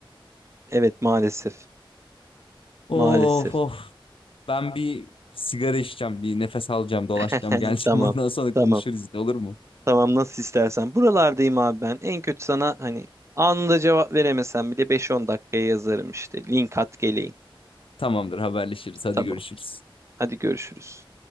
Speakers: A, on the right (about 30°); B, on the left (about 75°).
A: Evet maalesef.
B: Of
A: Maalesef.
B: of. Ben bir sigara içeceğim, bir nefes alacağım, dolaşacağım,
A: <laughs>
B: geleceğim.
A: Tamam.
B: <laughs> Ondan sonra
A: Tamam.
B: konuşuruz, ne olur mu?
A: Tamam nasıl istersen. Buralardayım abi ben. En kötü sana hani anında cevap veremesem bile beş on dakikaya yazarım işte. Link at geleyim.
B: Tamamdır, haberleşiriz. Hadi
A: Tamam.
B: görüşürüz.
A: Hadi görüşürüz.